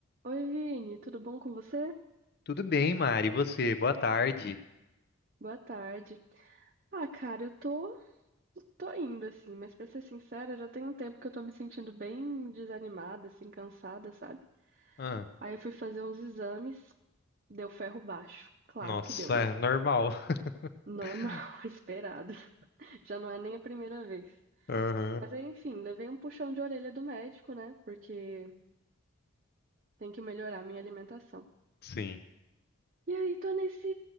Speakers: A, on the right; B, on the left.
A: Oi, Vini, tudo bom com você?
B: Tudo bem, Mari? E você? Boa tarde.
A: Boa tarde. Ah, cara, eu tô, tô indo assim, mas pra ser sincera, já tem um tempo que eu tô me sentindo bem desanimada, assim, cansada, sabe?
B: Ah,
A: Aí eu fui fazer uns exames, deu ferro baixo. Claro
B: nossa,
A: que deu, né?
B: é normal.
A: Normal,
B: <laughs>
A: <laughs> esperado. Já não é nem a primeira vez.
B: Aham,
A: Mas aí, enfim, levei um puxão de orelha do médico, né? Porque tem que melhorar a minha alimentação.
B: sim.
A: E aí tô nesse